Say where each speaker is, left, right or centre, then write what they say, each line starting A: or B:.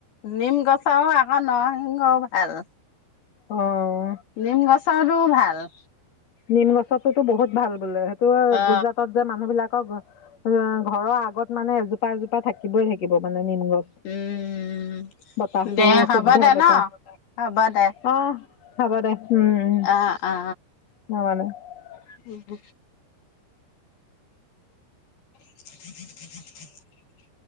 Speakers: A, on the left (about 65°); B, on the left (about 40°).
A: নিম গছও আকৌ নৰসিংহও ভাল।
B: অ'
A: নিম গছৰটো ভাল।
B: নিম গছতোতো বহুত ভাল বোলে। টো
A: অ
B: গুজৰাটত যে মানুহ বিলাকক। অ' ঘৰৰ আগত মানে এজোপা এজোপা থাকিবই থাকিব মানে। নিম গছ
A: উম
B: বতাহতো
A: দে হ'ব
B: শুদ্ধ
A: দে
B: বতাহ
A: ন হ'ব দে
B: অহ। হ'ব দে। উম উম
A: অ- অ
B: <unintelligible>
A: উম, <inaudible>